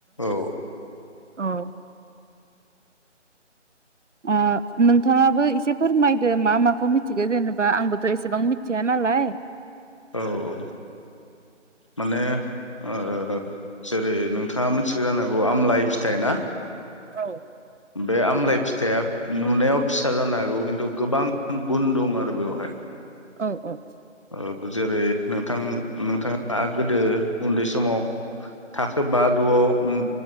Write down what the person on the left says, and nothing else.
औ
औ औ माने ओ ओ जेरै नोंथाङा मिथिगौ जानांगौ आमलाय फिथाय ना
बे आमलाय फिथाइया नुनायाव फिसा जानो हागौ खिन्थु गोबां गुन दं आरो बेवहाय
औ जेरै नों नोंथां नोंथाङा दा गोदो उन्दै समाव थाखो बा द'आव उम